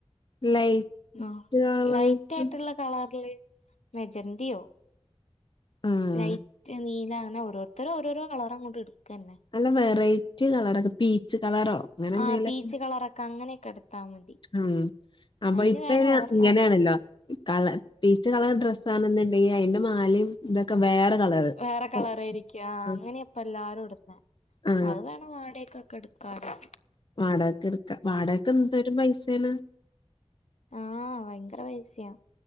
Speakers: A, on the left (about 45°); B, on the left (about 90°).
A: ലൈറ്റ്
B: ആ
A: കളേഴ്സ്
B: ലൈറ്റ് ആയിട്ടുള്ള കളറൽ മെജന്തെയോ
A: ആഹ്
B: ലൈറ്റ് നീല അങ്ങനെ ഓരോ ഇത്രര ഓരോരോ കളർ അങ്ങോട്ട് എടുക്കന്നെ.
A: നല്ല വെറൈറ്റി കളർക്കെ പീച്ച് കളറോ? അങ്ങനെ എന്തെങ്കിലൊക്കെ
B: ആ പീച്ച് കളറൊക്കെ അങ്ങനെയൊക്കെ എടുത്താൽ മതി.
A: ഉം അപ്പൊ
B: അയിന്
A: ഇപ്പ
B: വേണം ഓർ
A: ഇങ്ങനെയാണല്ലോ കളർ പീച്ച കളർ ഡ്രസ്സ ആണെന്നുണ്ടെങ്കിൽ അതിന്റെ മാലം ഇതൊക്കെ വേറെ കളറ്.
B: വേറെ കളർ
A: ഓ
B: ആയിരിക്ക
A: ആ
B: അങ്ങനെയപ്പ എല്ലാരും ഇടുന്ന
A: ആ,
B: അത് വേണം വാടക്കൊക്കെ എടു കാല്ലോ <inaudible>
A: വാടകക്കെ എടുക്കാ വാടകൊക്കെ എന്തരും പൈസാണ്.
B: ആഹ് ഭയങ്കര പൈസിയാ.